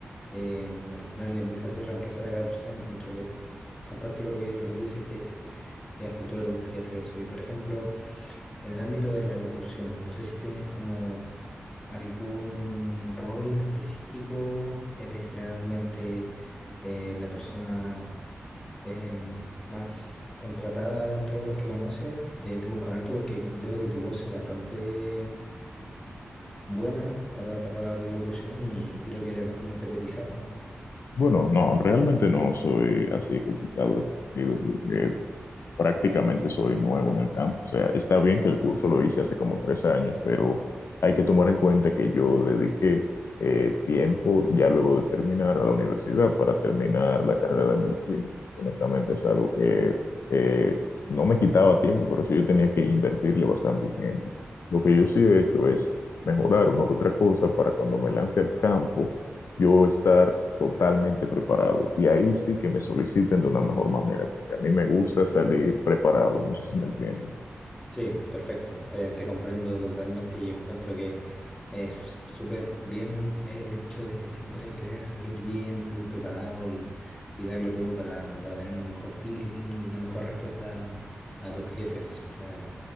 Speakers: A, on the left (about 15°); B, on the left (about 80°).
A: eh, al final es muy fácil reemplazar a cada persona. Encuentro que es fantástico lo que, lo que tú dices, que, que a futuro te gustaría hacer eso. Y, por ejemplo, en el ámbito de la locución, no sé si tienes como ¿Algún rol en específico? ¿Eres generalmente eh, la persona em, más contratada dentro de los que conoces? ¿Te, te buscan harto? Porque veo que tu voz es bastante buena para, para la locución y creo que eres bastante cotizado, ¿no?
B: Bueno, no, realmente no soy así complicado, porque prácticamente soy nuevo en el campo. O sea, está bien que el curso lo hice hace como tres años, pero hay que tomar en cuenta que yo dediqué eh, tiempo ya luego de terminar a la universidad para terminar la carrera de medicina. Honestamente es algo que eh, no me quitaba tiempo, pero sí yo tenía que invertirle bastante tiempo. Lo que yo sí he hecho es mejorar una que otra cosa para cuando me lance al campo, yo estar totalmente preparado. Y ahí sí que me soliciten de una mejor manera que a mí me gusta salir preparado, no sé si me entiendes.
A: Sí, perfecto. Te, te comprendo totalmente y encuentro que es súper bien el hecho de siempre querer salir bien, salir preparado y, y darlo todo para, para tener el mejor feeling y una mejor respuesta a tus jefes, la verdad.